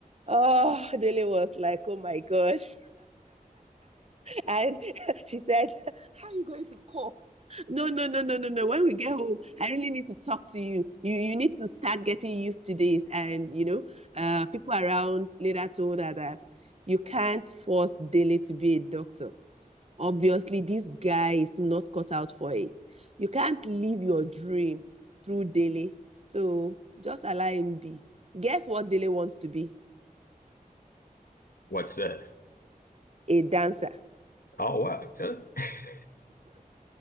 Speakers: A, on the right; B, on the left.
A: Oh, Dele was like, Oh my gosh. And <laughs> she said, How are you going to cope? No, no, no, no, no, no. When we get home, I really need to talk to you. You you need to start getting used to this. And you know, uh people around later told her that you can't force Dele to be a doctor. Obviously, this guy is not cut out for it. You can't live your dream through Dele. So just allow him be. Guess what Dele wants to be?
B: What's that?
A: A dancer.
B: Oh, wow. Yeah. <laughs>